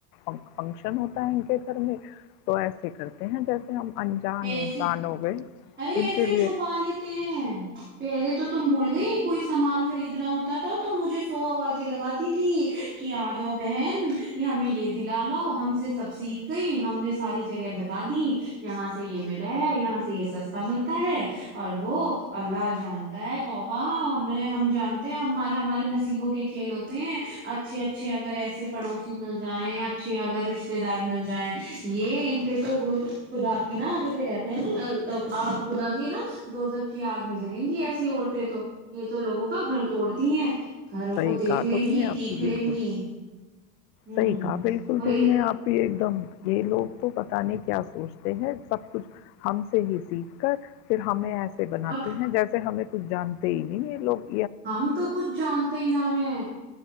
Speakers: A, on the left; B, on the right.
A: فنکشن ہوتا ہے ان کے گھر میں تو ایسے کرتے ہیں جیسے ہم انجان
B: ایسے
A: انسان ہو گئے
B: ارے
A: ان
B: ایسے
A: کے لیے
B: چھپا لیتے ہیں پہلے تو تم بھول گئی کوئی سامان خریدنا ہوتا تھا تو مجھے سو آوازیں لگاتی تھی کہ آ جاؤ بہن ہمیں یہ دلا لاؤ ہم سے سب سیکھ گئی ہم نے ساری جگہ بتا دی یہاں سے یہ م یہاں سے یہ سستا ملتا ہے اور وہ اللہ جانتا ہے توبا ہمیں ہم جانتے ہمارے ہمارے نصیبوں کے کھیل ہوتے ہیں اچھے اچھے اگر ایسے پڑوسی مل جائیں اچھے اگر رشتے دار مل جائیں یہ ان پہ تو خدا <unintelligible> نا جیسے کہتے ہیں ناپ خدا کی نا دوزک کی آگ میں جلیں گی ایسی عورتیں تو یہ تو لوگوں کا گھر توڑتی ہیں گھروں
A: صحیح
B: کو دیکھ
A: کہا
B: لیں
A: تم
B: گی
A: نے آپ
B: تیکھ
A: کی
B: لیں
A: بالکل
B: گی ہوں
A: صحیح کہ بالکل
B: اور
A: تم نے آپ ہی ایک یہ لوگ تو پت نہیں کیا سوچتے ہیں سب کچھ ہم سے ہی سیکھ کر پھر ہمیں ایسے سے بناتی
B: اور
A: ہیں جیسے ہمیں <inaudible> ک جانتے ہی نہیں یہ لگ <unintelligible>
B: ہم تو کچھ جانتے ہی نہ ہے